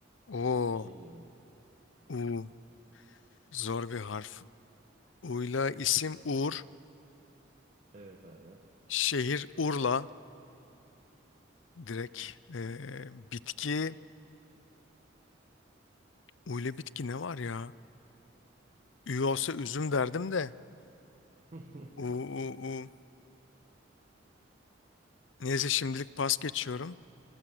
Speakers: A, on the left; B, on the right.
A: Oo.
B: Peş peşe gidelim.
A: U. Zor bir harf. Uyla isim Uğur.
B: Evet abi.
A: Şehir Urla. Direkt eee, bitki. Uyla bitki ne var ya? Ü olsa üzüm derdim de.
B: <laughs>
A: U, u, u. Neyse şimdilik pas geçiyorum.